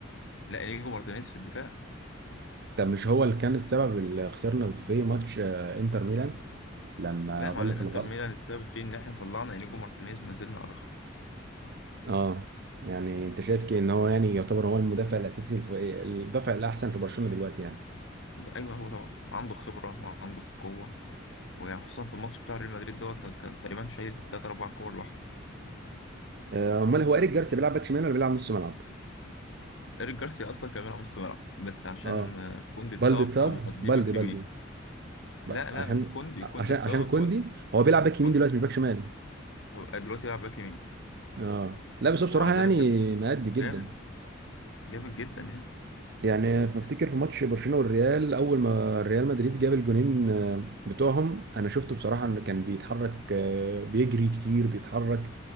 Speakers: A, on the left; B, on the right.
A: لا انيجو مارتينيز في الدفاع
B: طب مش هو اللي كان السبب اللي خسرنا في ماتش آه، انتر ميلان لما
A: لا يا
B: غلط
A: معلم انتر
B: الغلط
A: ميلان السبب فيه ان احنا طلعنا انيجو مارتينيز ونزلنا اراخو
B: اه يعني انت شايف كده ان هو يعني يعتبر هو المدافع الاساسي الف- المدافع الاحسن في برشلونه دلوقتي يعني
A: وده ايوه هو طبعا عنده خبرة وعنده قوة وخصوصا في الماتش بتاع ريال مدريد دوت كان تقريبا شايل تلات أربع كور
B: آه، امال هو ايريك جارسيا بيلعب باك شمال ولا بيلعب نص ملعب
A: إيريك جارسيا أصلا كان بيلعب نص ملعب بس عشان
B: اه
A: آه، كوندي اتصاب
B: بالدي اتصاب
A: أو مودي
B: بالدي
A: باك
B: بالدي
A: يمين
B: ب-
A: لا
B: عشان
A: لا كوندي
B: عشان
A: كوندي اتصاب
B: عشان كوندي
A: ولا
B: هو بيلعب باك
A: كوندي
B: يمين دلوقتي مش باك شمال
A: هو دلوقتي بيلعب باك يمين
B: اه لا بس هو بصراحه
A: ومع ذلك
B: يعني
A: يا اسطى
B: مأدي جدا
A: جامد جامد جدا يعني
B: يعني بفتكر في ماتش برشلونه والريال اول ما ريال مدريد جاب الجونين آه، بتوعهم انا شفته بصراحه انه كان بيتحرك آه، بيجري كتير بيتحرك